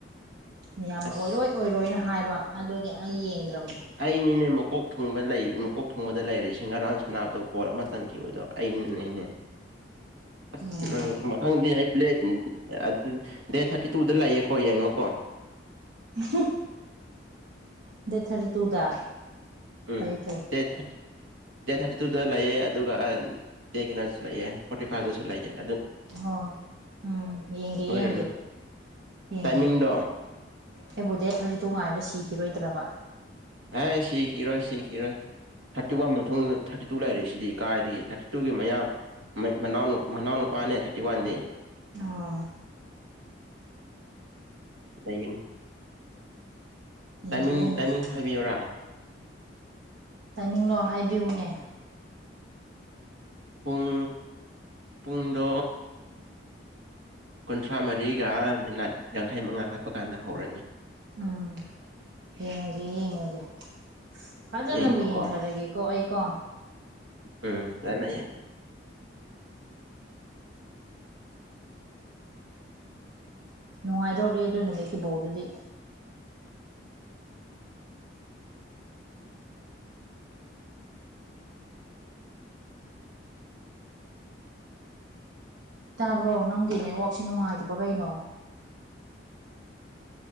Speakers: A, on the right; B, on the right.
A: ꯃꯌꯥꯝꯅ
B: ꯑꯁ
A: ꯑꯣꯏꯔꯣꯏ ꯑꯣꯏꯔꯣꯏꯅ ꯍꯥꯏꯕ ꯑꯗꯨꯒꯤ ꯑꯩ ꯌꯦꯡꯗ꯭ꯔꯕꯅꯦ
B: ꯑꯩ ꯅꯤꯅꯦ ꯃꯀꯣꯛ ꯊꯨꯡꯕ ꯂꯩ ꯃꯀꯣꯛ ꯊꯨꯡꯕꯗ ꯂꯩꯔꯤꯁꯤꯡ ꯉꯔꯥꯡ ꯁꯅꯥꯕꯗ ꯒꯣꯜ ꯑꯃ ꯆꯟꯈꯤꯕꯗꯣ ꯑꯩꯅꯅꯦꯅꯦ ꯑꯁ
A: ꯎꯝ
B: ꯅꯪ ꯃꯊꯪꯗꯤ ꯑꯩ ꯄ꯭ꯂꯦ ꯑꯗꯨ ꯗꯦꯠ ꯊꯥꯔꯇꯤ ꯇꯨꯗ ꯂꯩꯌꯦꯀꯣ ꯌꯦꯡꯉꯣꯀꯣ
A: ꯎꯍꯨꯝ ꯗꯦꯠ ꯊꯥꯔꯇꯤ ꯇꯨꯗ
B: ꯎꯝ
A: ꯐꯩ ꯐꯩ
B: ꯗꯦꯠ ꯊ꯭ꯔꯥ ꯗꯦꯠ ꯊꯥꯔꯇꯤ ꯇꯨꯗ ꯂꯩꯑꯦ ꯑꯗꯨꯒ ꯗꯦꯠ ꯀꯩꯅꯣꯗꯁꯨ ꯂꯩꯑꯦ ꯐꯣꯔꯇꯤ ꯐꯥꯏꯚꯇꯁꯨ ꯂꯩꯑꯦ
A: ꯑꯣ ꯎꯝ ꯌꯦꯡꯒꯦ
B: ꯁꯣꯏꯔꯅꯨ
A: ꯌꯦꯡꯒꯦ ꯌꯦꯡꯒꯦ
B: ꯇꯥꯏꯃꯤꯡꯗꯣ
A: ꯑꯩꯕꯨ ꯗꯦꯠ ꯊ꯭ꯔꯥꯇꯤ ꯇꯨ ꯉꯥꯏꯕꯗ ꯁꯤꯈꯤꯔꯣꯏꯗ꯭ꯔꯕ
B: ꯑꯦ ꯁꯤꯈꯤꯔꯣ ꯁꯤꯈꯤꯔꯣꯏ ꯊꯥꯔꯇꯤ ꯋꯥꯟ ꯃꯇꯨꯡꯗ ꯊꯥꯔꯇꯤ ꯇꯨ ꯂꯩꯔꯛꯏꯁꯤꯗꯤ ꯀꯥꯏꯗꯒꯤ ꯊꯥꯔꯇꯤ ꯇꯨꯒꯤ ꯃꯌꯥꯝ ꯃꯅꯥꯎ ꯃꯅꯥꯎ ꯅꯨꯄꯥꯅꯦ ꯊꯥꯔꯇꯤ ꯋꯥꯟꯗꯤ
A: ꯑꯣ
B: ꯂꯩꯒꯅꯤ
A: ꯌꯦꯡꯒꯦ
B: ꯇꯥꯏꯃꯤꯡ
A: ꯌꯦꯡꯒꯦ
B: ꯇꯥꯏꯃꯤꯡꯁꯨ ꯍꯥꯏꯕꯤꯌꯔꯥ
A: ꯇꯥꯏꯃꯤꯡꯂꯣ ꯍꯥꯏꯕꯤꯌꯨꯅꯦ
B: ꯄꯨꯡ ꯄꯨꯡꯗꯣ ꯀꯨꯟꯊ꯭ꯔꯥ ꯃꯔꯤꯒ ꯃꯤꯅꯠ ꯌꯥꯡꯈꯩ ꯃꯉꯥ ꯀꯠꯄ ꯀꯥꯟꯗ ꯍꯧꯔꯅꯤ
A: ꯎꯝ ꯌꯦꯡꯉꯒꯦ ꯌꯦꯡꯉꯒꯦ ꯐꯖꯅꯕꯨ
B: ꯌꯦꯡꯉꯣꯀꯣ
A: ꯌꯦꯡꯊꯔꯒꯦꯀꯣ ꯑꯩꯀꯣ
B: ꯎꯝ ꯀꯥꯏꯌꯦ
A: ꯅꯨꯡꯉꯥꯏꯗꯧꯔꯤ ꯑꯗꯨ ꯅꯨꯃꯤꯠꯀꯤ ꯕꯣꯜꯗꯨꯗꯤ ꯇꯥꯕ꯭ꯔꯣ ꯅꯪꯒꯤ ꯅꯦꯠꯋꯥꯛꯁꯦ ꯅꯨꯡꯉꯥꯏꯗꯕ꯭ꯔꯥ ꯀꯩꯅꯣ